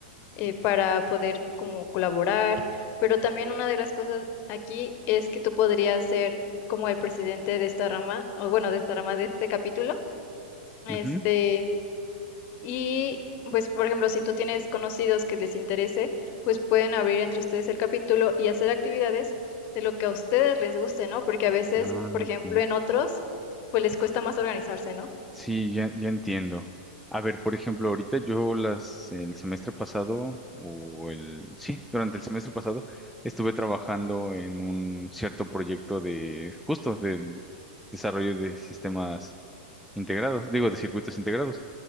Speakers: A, on the left (about 40°); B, in the centre.
A: eh, para poder como colaborar, pero también una de las cosas aquí es que tú podrías ser como el presidente de esta rama, o bueno, de esta rama de este capítulo, Este,
B: ujú.
A: y pues, por ejemplo, si tú tienes conocidos que les interese, pues pueden abrir entre ustedes el capítulo y hacer actividades de lo que a ustedes les guste, ¿no? Porque a veces,
B: Ah,
A: por ejemplo,
B: ok.
A: en otros, pues les cuesta más organizarse, ¿no?
B: Sí, ya, ya entiendo. A ver, por ejemplo, ahorita yo las, el semestre pasado, o el, sí, durante el semestre pasado, estuve trabajando en un cierto proyecto de, justo, del desarrollo de sistemas integrados, digo, de circuitos integrados.